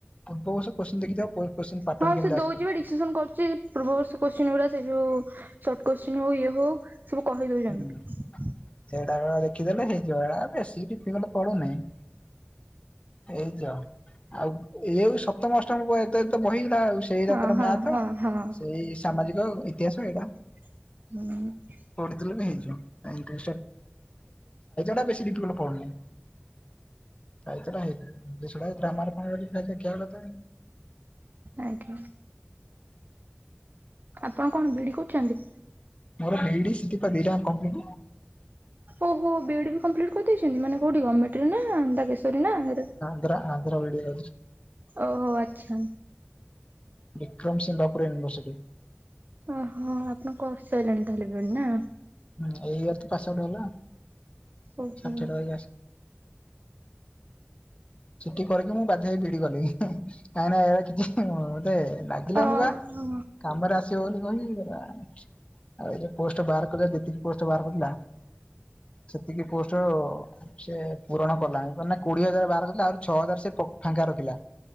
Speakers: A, on the left; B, on the right.
A: ପୂର୍ବର୍ଷ କ ଦେଖି କ ପାଟନ
B: ହଁ
A: କେମିତି
B: ସେ ଦଉଛି
A: ଆସୁଛି
B: ବା ଡିସିସନ କରୁଛି ପୂର୍ବର୍ଷ କୋଶ୍ଚି ଗା ସେ ଯଉ ସର୍ଟ କୋଶ୍ଚିନ୍ ହଉ ଇଏ ହଉ ସବୁ କହିଦଉଛନ୍ତି
A: ହୁଁ ସେଇଟା ବେଳେ ଦେଖିଦଲେ ହେଇଯିବ ଏ ବିକିଲେ ପଡୁନାହିଁ ଏଇଯ ଆଉ ଏଇଉ ସତ ବର୍ଷ ଏତେ ତ ବହିଗଲା ଆଉ ସେଇଟା
B: ହଁ
A: ତର
B: ହଁ
A: ମ୍ୟାଥ
B: ହଁ ହଁ
A: ସେଇ ସାମାଜିକ ଇତିହାସ ଏଇଟା
B: ମାନେ
A: ପଢଥିଲେ ବି ହେଇଯଇ ଟା ବ ପୁହିଁ କାଇ ତ ନାହି ଦା ରାାମାର୍ପଣ ଫାଇଦ ଘଲା ତ
B: ଆଜ୍ଞା ଆପଣ କଣ ବିଡ଼ି କରୁଛନ୍ତି
A: ମୋର ମେଡିଥିପ ଦିରା କମ୍ପ
B: ଓହୋ ବି ଏଡ ବି କମ୍ପ୍ଲିଟ କରିଦେଇଛନ୍ତି ମାନେ କୋଉଠି ଗଭର୍ଣ୍ଣମେଣ୍ଟରେେଶ୍ୱରୀ ନା
A: ଆ ଆନ୍ଧ୍ର ଭଡ଼ିଆ
B: ଓହୋ ଆଚ୍ଛା
A: ବିକ୍ରମ ସିଙ୍ଗାପୁର ୟୁନଭର୍ସିଟି।
B: ଓହୋ ଆପଣଙ୍କ କୋର୍ସ ସରିଲାଣି ତାହେଲେ ବେଳେ ନା।
A: ଏଇ ଇୟର ତ ପାସ ଆଉଟ୍ ହେଲା।
B: ଉଁ
A: ଷାଠିଏ
B: ହୁଁ।
A: ଟଙ୍କା ସେଠି କରିକି ମୁଁ ବାଧ୍ୟ ହେଇ ବିଇଡି କଲି କାହିଁକି ଏ କିଛି ହଁ ମୋତେ ଲାଗିଲାନି
B: ଓହୋ
A: ବା କାମରେ ଆ ଆ ବୋଲି କହିକି ଗଲା ଆଉ ପୋଷ୍ଟ ବାହାର ଯେତିକି ପୋଷ୍ଟ ବାହାରକରିଥିଲା। ସେତିକି ପୋଷ୍ଟ ସେ ପୂରଣ କଲାଣି ମାନେ କୋଡିଏ ହଜାର ବାରଶ ତା ଛଅ ହଜାର ସେ ପ ଫାଙ୍କା ରଖିଲା